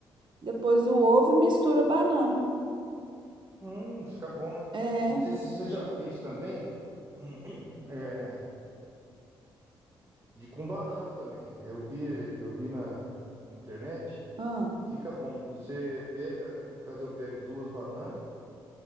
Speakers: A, on the right; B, on the right.
A: depois o ovo e misturo a banana.
B: hum, fica bom, hein?
A: É,
B: Não sei se você já fez também, <clears throat> é, de com banana também. Eu vi, eu vi na, na internet
A: ah,
B: e fica bom. Você pega, no caso eu pego duas bananas,